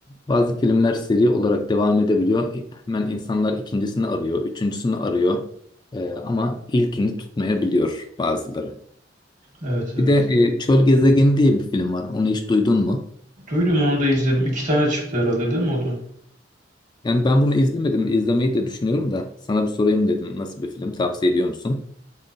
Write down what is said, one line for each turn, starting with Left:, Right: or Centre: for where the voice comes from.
Left: Bazı filmler seri olarak devam edebiliyor. Hemen insanlar ikincisini arıyor, üçüncüsünü arıyor. Ee, ama ilkini tutmayabiliyor bazıları.
Right: Evet, evet.
Left: Bir de e, Çöl Gezegeni diye bir film var. Onu hiç duydun mu?
Right: Duydum onu da izledim. İki tane çıktı herhalde değil mi o da?
Left: Yani ben bunu izlemedim. İzlemeyi de düşünüyorum da sana bir sorayım dedim. Nasıl bir film? Tavsiye ediyor musun?